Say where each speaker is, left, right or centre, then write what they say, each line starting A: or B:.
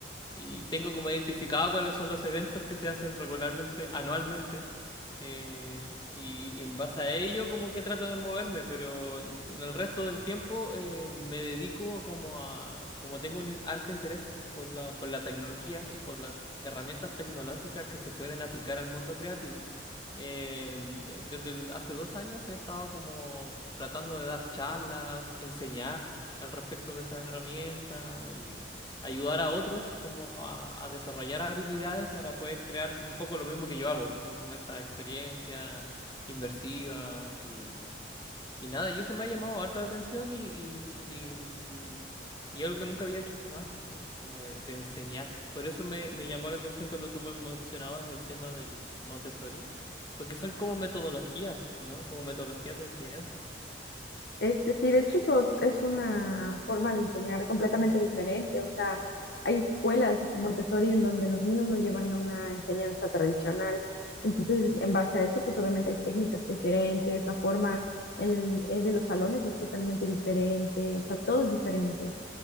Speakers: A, on the left; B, on the left.
A: y tengo como identificado cuáles son los eventos que se hacen regularmente, anualmente. eh, y, y en base a ello como que trato de moverme, pero en el resto del tiempo eh, me dedico como a, como tengo un alto interés por la, por la tecnología y por las herramientas tecnológicas que se pueden aplicar al mundo creativo. eh, desde el- hace dos años he estado como tratando de dar charlas, enseñar al respecto de esas herramientas ayudar a otros como a, a desarrollar habilidades para poder crear un poco lo mismo que yo hago, que son como estas experiencias inmersivas y, y nada, y eso me ha llamado harto la atención y, y, y, mm, y algo que nunca había hecho antes tampoco, como de, de enseñar. Por eso me, me llamó la atención cuando tú me mencionabas el tema del Montessori, porque son como metodologías, ¿no? Como metodologías de enseñanza.
B: Este, sí, de hecho eso es una forma de enseñar completamente diferente. O sea, hay escuelas Montessori en donde los niños no llevan una enseñanza tradicional. Entonces,
A: Mm,
B: en base a eso, pues obviamente hay técnicas diferentes, la forma el, el de los salones es totalmente diferente, o sea, todo es diferente.